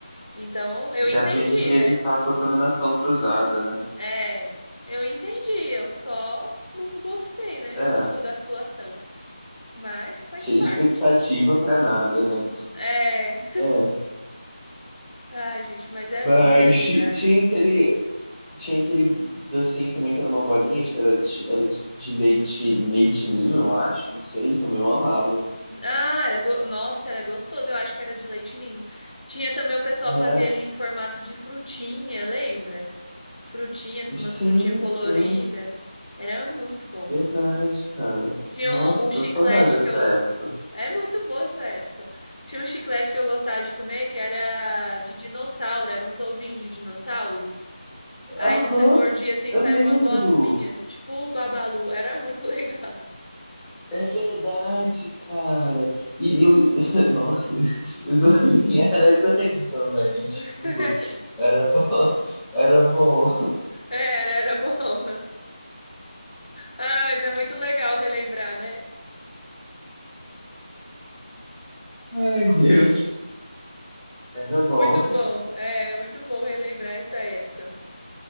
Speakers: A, on the left (about 65°); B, in the centre.
A: Então, eu
B: Até
A: entendi,
B: mesmo pra
A: né?
B: evitar a contaminação cruzada, né?
A: É, eu entendi, eu só não gostei, né,
B: É,
A: do, da situação. Mas faz
B: cheia
A: parte.
B: de expectativa pra nada, né?
A: É,
B: É.
A: ai, gente, mas é
B: Mas
A: bom relembrar,
B: ti- tinha
A: né?
B: aquele, Tinha aquele docinho também que era uma bolinha, acho que era de, era de leite, leite ninho, eu acho, não sei, também eu amava.
A: Ah, era go- Nossa, era gostoso. Eu acho que era de leite ninho. Tinha também o pessoal
B: É,
A: fazia ele em formato de frutinha, lembra? Frutinhas, umas
B: sim,
A: frutinhas coloridas.
B: sim,
A: Era muito bom.
B: verdade, cara.
A: Tinha
B: Nossa,
A: um, um chiclete
B: deu saudade dessa
A: que eu.
B: época.
A: É muito boa essa época. Tinha um chiclete que eu gostava de comer que era de dinossauro, era uns ovinhos de dinossauro. Aí
B: Aham,
A: você mordia assim, e
B: eu
A: saiu
B: lembro.
A: uma gosminha, tipo o Babalu. Era muito legal.
B: É verdade, cara. E, e o... <laughs> Nossa, o Zorrinho era grande também, tipo,
A: <laughs>
B: era bom, <laughs> era bom.
A: Era, era bom. Ah, mas é muito legal relembrar, né?
B: Ai, Deus, era bom.
A: Muito bom, é muito bom relembrar essa época.